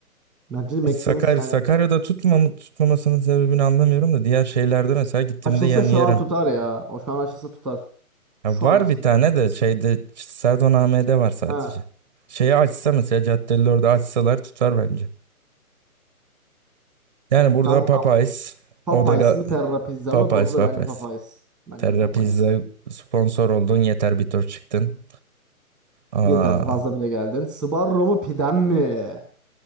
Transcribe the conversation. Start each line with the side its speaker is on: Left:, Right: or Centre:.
Centre: Bence de McDonald's
Right: Sakar, Sakarya'da
Centre: yani
Right: tutmamı, tutmamasının sebebini anlamıyorum da diğer şeylerde mesela gittiğimde
Centre: açılsa
Right: yani
Centre: şu
Right: yerim.
Centre: an tutar ya. O şu an açılsa tutar.
Right: Ya
Centre: Şu
Right: var
Centre: an açılsa.
Right: bir tane de şeyde işte Serdaname'de var sadece.
Centre: Ha.
Right: Şeyi açsa mesela caddeleri orada açsalar tutar bence. Yani burada
Centre: Kanka
Right: Popeyes,
Centre: Popeyes
Right: o da ga-
Centre: mi Terra Pizza
Right: Popeyes,
Centre: mı? Burada da
Right: Popeyes.
Centre: bence Popeyes. Bence
Right: Terra
Centre: de Popeyes.
Right: Pizza sponsor oldun yeter bir tur çıktın. Aa,
Centre: Yeter fazla bile geldin. Sbarro mu pidem mi?